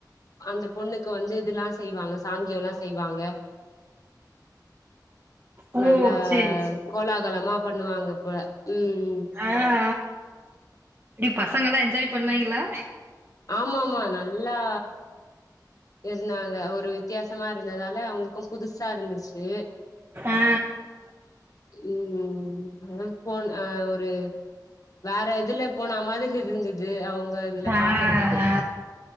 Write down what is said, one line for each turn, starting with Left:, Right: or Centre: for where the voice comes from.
Left: அந்த பொண்ணுக்கு வந்து இதெல்லா செய்வாங்க சாங்கியோல்லா செய்வாங்க
Right: ஓ
Left: நல்ல
Right: சேரி சேரி
Left: கோலாகலமா பண்ணுவாங்க போல ம்
Right: அ அ இப்டி பசங்க எல்லா என்ஜாய் பண்ணாய்ங்களா
Left: ஆமாமா நல்லா இருந்தாங்க ஒரு வித்தியாசமா இருந்ததால அவங்களுக்கு புதுசா இருந்துச்சு
Right: ஆ
Left: ஏ ம் அ போ அ ஒரு வேற இதுல போன மாதிரி இருந்துது து அவங்க இதுல
Right: ஆ ஆ
Left: பாக்கறதுக்கு
Right: ஆ